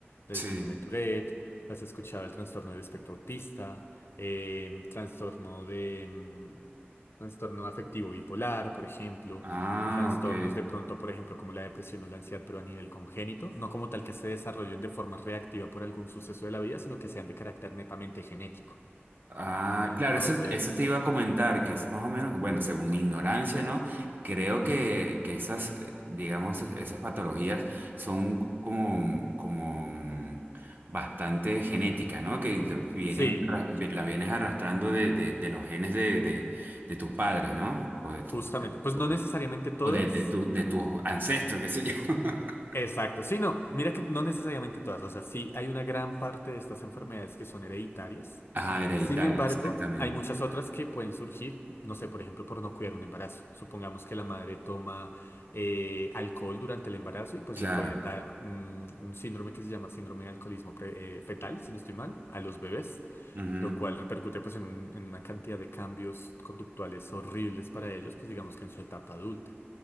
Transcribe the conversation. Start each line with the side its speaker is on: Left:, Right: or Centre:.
Left: del
Right: Sí.
Left: síndrome de Tourette, has escuchado el trastorno del espectro autista, em, trastorno de mm, trastorno afectivo bipolar, por ejemplo,
Right: Ah,
Left: trastornos
Right: ok.
Left: de pronto, por ejemplo, como la depresión o la ansiedad, pero a nivel congénito, no como tal que se desarrollen de forma reactiva por algún suceso de la vida, sino que sean de carácter netamente genético.
Right: Ah,
Left: Entonces,
Right: claro, eso, eso te iba a comentar, que eso más o menos, bueno, según mi ignorancia, ¿no? Creo que, que esas, eh, digamos, es- esas patologías son como, como mm, bastante genéticas, ¿no? Que vienen,
Left: sí,
Right: ra- la vienes arrastrando de, de, de los genes de, de, de tus padres, ¿no? O de tus,
Left: justamente,
Right: de-
Left: pues
Right: o
Left: no necesariamente
Right: de,
Left: todas.
Right: o de, de tu- de tus ancestros, qué sé yo. <laughs>
Left: Exacto, sí, no, mira que no necesariamente todas, o sea, sí hay una gran parte de estas enfermedades que son hereditarias,
Right: Ajá, hereditaria,
Left: sin embargo,
Right: exactamente.
Left: hay muchas otras que pueden surgir, no sé, por ejemplo, por no cuidar un embarazo. Supongamos que la madre toma eh, alcohol durante el embarazo y pues
Right: Claro.
Left: le puede dar un, un síndrome que se llama síndrome de alcoholismo pre- eh, fetal, si no estoy mal, a los bebés,
Right: Ujú.
Left: lo cual repercute pues en, un- en una cantidad de cambios conductuales horribles para ellos, pues digamos que en su etapa adulta.